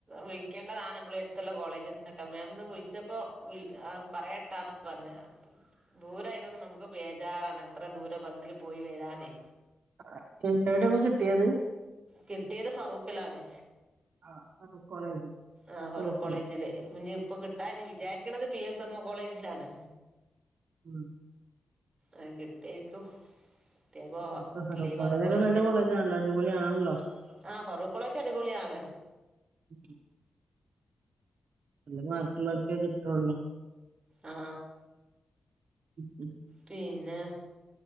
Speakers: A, on the right (about 30°); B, on the right (about 75°).
A: വിളിക്കണ്ടതാണ് നമ്മള എടുത്തുള്ള കോളേജിൽന്നൊക്കെ ഞാനൊന്നു വിളിച്ചപ്പോൾ പറയട്ടാന്ന് പറഞ്ഞ് ദൂരായത് കൊണ്ട് നമുക്ക് ബേജാറാണ് എത്ര ദൂരം ബസ്സിൽ പോയി വരാനെ
B: <unintelligible> കിട്ടിയത്
A: കിട്ടിയത് ഫറൂകിലാണ്
B: ആ, ഫറൂഖ് കോളേജ്
A: ആഹ് ഫറുക്ക്
B: കോഴിക്കോട്
A: കോളേജില് കുഞ്ഞെ ഇപ്പൊ കിട്ട ലാരും വിചാരിക്കണത് പി എസ് എംഒ കോളേജിലാണ്
B: ഉം
A: ആഹ് കിട്ടേക്കും ത്തെ പോവാ
B: നോക്ക് ഫറൂഖ്
A: ലീവ് <unintelligible> നല്ല കോളേജൊക്കെ ആണല്ലോ
B: കോളേജാണല്ലോ അടിപൊളിയാണല്ലോ
A: അടിപൊളി ആണല്ലോ ആഹ് ഫറൂക്ക് കോളേജ് അടിപൊളിയാണ്
B: <unintelligible> നല്ല മാർക്കുള്ളവർക്കേ കിട്ടൂള്ളൂ
A: ആ
B: ഉം ഉം
A: പിന്നെ